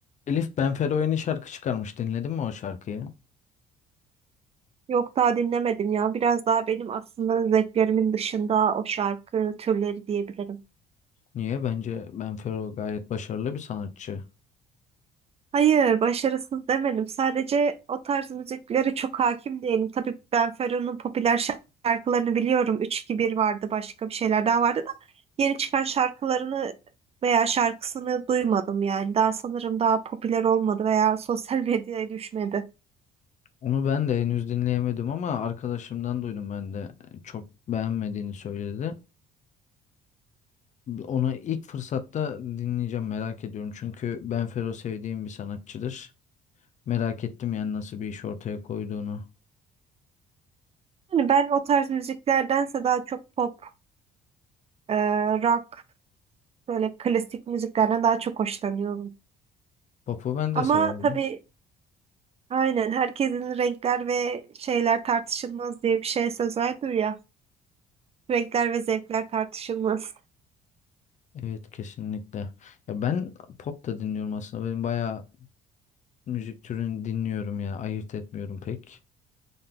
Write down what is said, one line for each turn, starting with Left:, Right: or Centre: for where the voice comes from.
Left: Elif Benfero yeni şarkı çıkarmış. Dinledin mi o şarkıyı?
Right: Yok daha dinlemedim ya. Biraz daha benim aslında zevklerimin dışında o şarkı türleri diyebilirim.
Left: Niye? Bence Benfero gayet başarılı bir sanatçı.
Right: Hayır, başarısız demedim. Sadece o tarz müziklere çok hakim değilim. Tabii Ben Fero'nun popüler şarkılarını biliyorum. üç 2 bir vardı, başka bir şeyler daha vardı da yeni çıkan şarkılarını veya şarkısını duymadım yani. Daha sanırım daha popüler olmadı veya sosyal <laughs> medyaya düşmedi.
Left: Onu ben de henüz dinleyemedim ama arkadaşımdan duydum ben de çok beğenmediğini söyledi. Onu ilk fırsatta dinleyeceğim merak ediyorum. Çünkü Benfero sevdiğim bir sanatçıdır. Merak ettim yani nasıl bir iş ortaya koyduğunu.
Right: Yani ben o tarz müziklerdense daha çok pop, e, rock, böyle klasik müziklerden daha çok hoşlanıyorum.
Left: Pop'u ben
Right: Ama
Left: de severim.
Right: tabii aynen herkesin renkler ve şeyler tartışılmaz diye bir şey söz vardır ya. Renkler ve zevkler tartışılmaz.
Left: Evet kesinlikle. Ya ben pop da dinliyorum aslında. Benim bayağı müzik türünü dinliyorum ya. Ayırt etmiyorum pek.